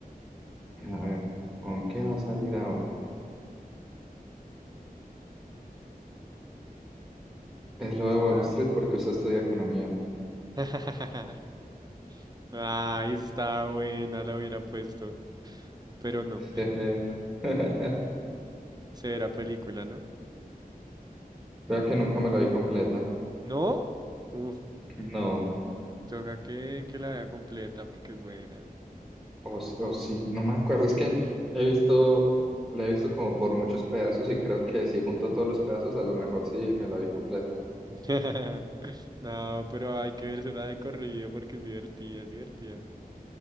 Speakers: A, in the centre; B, on the right (about 25°).
A: A ver, ¿con qué va a salir ahora? Es
B: Está.
A: lo de Wall Street porque usted estudia economía.
B: <laughs> Ah, esa estaba buena, la hubiera puesto. Pero no, <laughs>
A: Eh, <laughs>
B: será película, ¿no?
A: Vea que nunca me la vi completa.
B: ¿No? Uf,
A: No.
B: toca que, que la vea completa porque es buena.
A: O, s- o sí, no me acuerdo, es que he visto, la he visto como por muchos pedazos y creo que si junto todos los pedazos, a lo mejor sí me la vi completa.
B: <laughs> No, pero hay que verse la de corrido porque es divertida, es divertida.